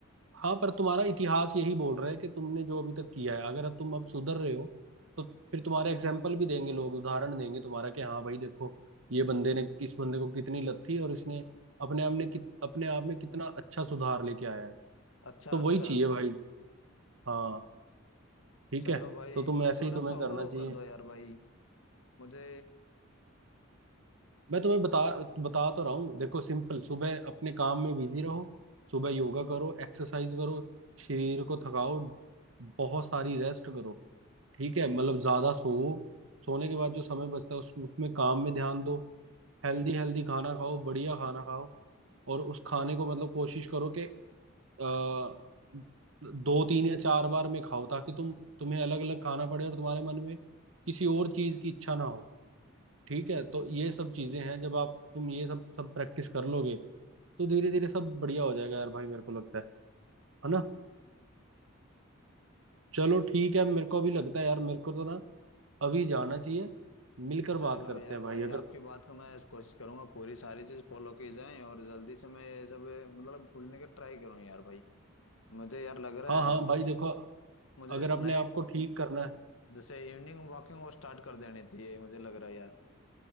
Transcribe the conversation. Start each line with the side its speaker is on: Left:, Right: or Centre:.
Right: हाँ पर तुम्हारा इतिहास यही बोल रहा है कि तुमने जो अभी तक किया है अगर तुम अब सुधर रहे हो तो फिर तुम्हारे एग्जाम्पल भी देंगे लोग उदाहरण देंगे तुम्हारा कि हाँ भाई देखो ये बंदे ने इस बंदे को कितनी लत थी और इसने अपने आप ने कित- अपने आप में कितना अच्छा सुधार लेके आया है
Left: अच्छा
Right: तो वही
Left: अच्छा
Right: चाहिए भाई हाँ ठीक
Left: चलो
Right: है
Left: भाई
Right: तो तुम ऐसे
Left: थोड़ा
Right: ही तुम्हें
Left: सा और
Right: करना
Left: वो
Right: चाहिए
Left: कर दो यार भाई मुझे
Right: मैं तुम्हें बता बता तो रहा हूँ देखो सिंपल सुबह अपने काम में बिजी रहो सुबह योगा करो एक्सरसाइज करो शरीर को थकाओ बहुत सारी रेस्ट करो ठीक है मतलब ज्यादा सो सोने के बाद जो समय बचता है उस, उसमें काम में ध्यान दो हेल्दी हेल्दी खाना खाओ बढ़िया खाना खाओ और उस खाने को मतलब कोशिश करो कि अ, दो तीन या चार बार में खाओ ताकि तुम तुम्हें अलग अलग खाना पड़े और तुम्हारे मन में किसी और चीज की इच्छा ना हो ठीक है तो ये सब चीजें हैं जब आप तुम ये सब सब प्रैक्टिस कर लोगे तो धीरे धीरे सब बढ़िया हो जाएगा यार भाई मेरे को लगता है है ना चलो ठीक है मेरे को अभी लगता है यार मेरे को तो ना अभी जाना चाहिए मिलकर
Left: चलो
Right: बात करते
Left: यार
Right: हैं भाई
Left: भाई
Right: अगर
Left: आपकी बात को मैं कोशिश करूंगा पूरी सारी चीज फॉलो की जाए और जल्दी से मैं ये सब मतलब भूलने का ट्राई करूँ यार भाई मुझे यार लग रहा
Right: हाँ हाँ
Left: है
Right: भाई देखो
Left: मुझे
Right: अगर
Left: नाइट
Right: अपने आप को ठीक करना है
Left: जैसे इवनिंग वॉकिंग वो स्टार्ट कर देनी चाहिए मुझे लग रहा है यार